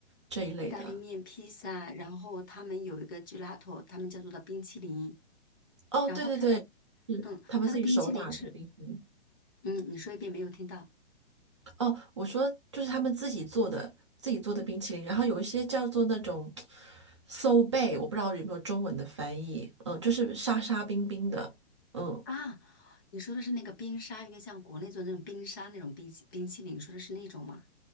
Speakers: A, on the right; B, on the left.
A: 这一类的。
B: 意大利面、披萨，然后他们有一个 gelato，他们叫做的冰淇淋。
A: 哦，
B: 然后它的，
A: 对对对，是他们自己手打的冰淇淋。
B: 嗯，它的冰淇淋吃，嗯，你说一遍没有听到
A: 哦，我说就是他们自己做的，自己做的冰淇淋，然后有一些叫做那种 s o b a 我不知道有没有中文的翻译，嗯，就是沙沙冰冰的，嗯，
B: 啊？你说的是那个冰沙，有点像国内做的那种冰沙那种冰淇冰淇淋，你说的是那种吗？